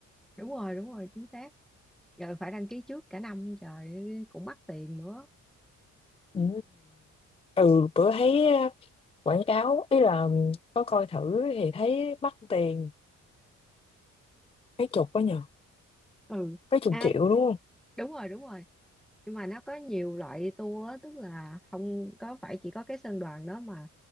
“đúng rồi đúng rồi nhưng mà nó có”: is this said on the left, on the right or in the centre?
Centre